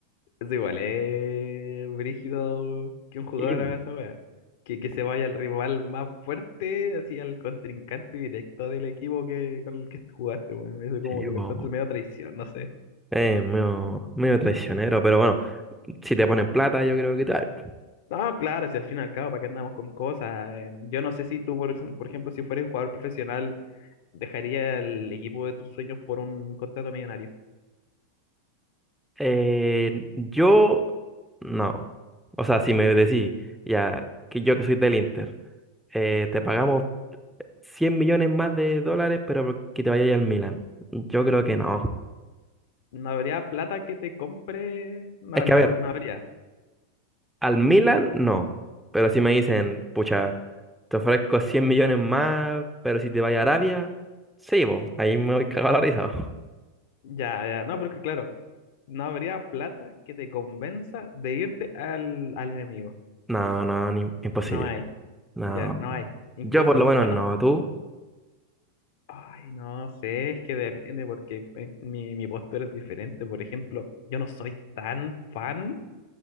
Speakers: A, on the left; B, in the centre.
A: Eso igual es brígido que un jugador
B: Y,
A: haga esa weá. Que, que se vaya al rival más fuerte, así al contrincante directo del equipo que, con el que jugaste, weón. Eso como
B: sí,
A: que
B: weón.
A: lo encuentro medio traición, no sé.
B: es medio, medio traicionero, pero bueno, si te ponen plata, yo creo que tal.
A: No, claro, si al fin y al cabo, ¿para qué andamos con cosas? Eh, Yo no sé si tú, por, ejem- por ejemplo, si fueras jugador profesional, dejaría el equipo de tus sueños por un contrato millonario.
B: Eh, yo, no. O sea, si me decís, ya, que yo que soy del Inter, eh, te pagamos 100 millones más de dólares, pero que te vayas al Milan. Yo creo que no.
A: No habría plata que te compre, no,
B: Es que,
A: no,
B: a ver,
A: hab- no habría.
B: al Milan, no. Pero si me dicen, pucha, te ofrezco 100 millones más, pero si te vayas a Arabia, sí, vos, ahí me voy <laughs> cagado la risa. bo.
A: Ya, ya, no, pero es que claro. no habría plata que te convenza de irte al, al enemigo.
B: No, no, ni- imposible.
A: No hay,
B: No,
A: ya, no hay. Incluso,
B: yo por lo menos
A: bueno,
B: no, tú.
A: ay, no sé, es que depende porque eh, mi, mi postura es diferente. Por ejemplo, yo no soy tan fan